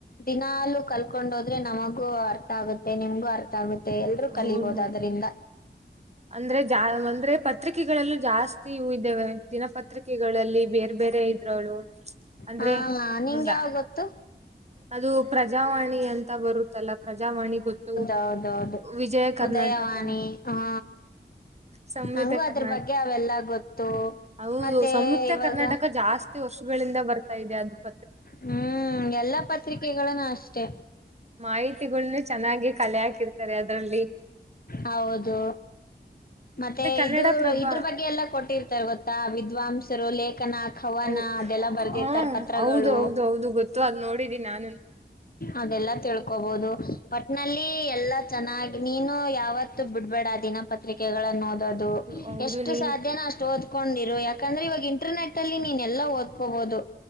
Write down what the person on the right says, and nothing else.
ಹೌದು
ಅಂದ್ರೆ ಜಾ ಅಂದ್ರೆ ಪತ್ರಿಕೆಗಳಲ್ಲೂ ಜಾಸ್ತಿ ಇದ್ದೇವೆ ದಿನಪತ್ ಪತ್ರಿಕೆಗಳಲ್ಲಿ ಬೇರ್ ಬೇರೆ ಇದ್ರೋಳು ಅಂದ್ರೆ
ಮುಂದ
ಅದು ಪ್ರಜಾವಾಣಿ ಅಂತ ಬರುತ್ತಲ್ಲ ಪ್ರಜಾವಾಣಿ ಗೊತ್ತು
ವಿಜಯ ಕರ್ನಾಟಕ
ಸಂಯುಕ್ತ
ಕರ್ನಾಟಕ
ಹೌದು
ಸಂಯುಕ್ತ
ಕರ್ನಾಟಕ ಜಾಸ್ತಿ ವರ್ಷಗಳಿಂದ ಬರ್ತಾ ಇದೆ ಅದುಪ
ಮಾಹಿತಿಗಳನ್ನ ಚೆನ್ನಾಗಿ ಕಲೆ ಹಾಕಿರ್ತಾರೆ ಅದ್ರಲ್ಲಿ
ಕನ್ನಡ
ಪ್ರಭ
ಹೌ
ಹ್ಮ
ಹೌದು ಹೌದು ಹೌದು ಗೊತ್ತು ಅದು ನೋಡಿದ್ದಿ ನಾನು
ಹೌದು
ನೀನ್